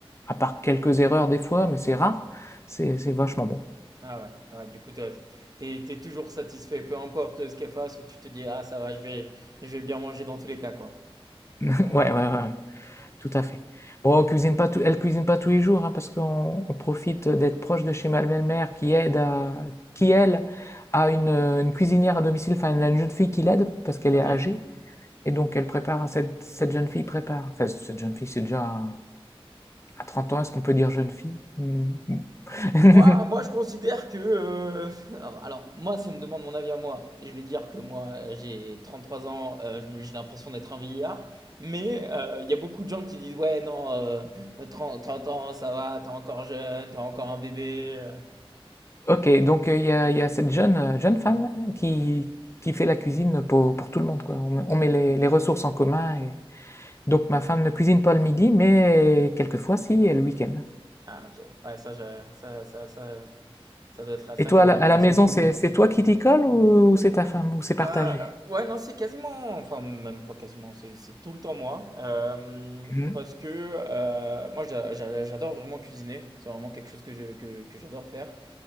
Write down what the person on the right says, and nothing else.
Ah ouais, ouais, du coup, toi, t'es, t'es toujours satisfait, peu importe ce qu'elle fasse, tu te dis, ah, ça va, je vais, je vais bien manger dans tous les cas, quoi.
Ok.
Moi, moi, je considère que. euh, <laughs> alors, moi, si on me demande mon avis à moi, je vais dire que moi, j'ai 33 ans, euh, je me- j'ai l'impression d'être un vieillard. Mais euh, il y a beaucoup de gens qui disent, ouais, non, euh, 30, 30 ans, ça va, t'es encore jeune, t'es encore un bébé.
Ah, ok. Ouais, ça, je- ça, ça, ça, ça doit être sacrément
pratique.
Euh, ouais, non, c'est quasiment, enfin, même pas quasiment, c'est c'est tout le temps moi. Euh,
parce que euh, moi, j'a- j'a- j'adore vraiment cuisiner. C'est vraiment quelque chose que je- que, que j'adore faire.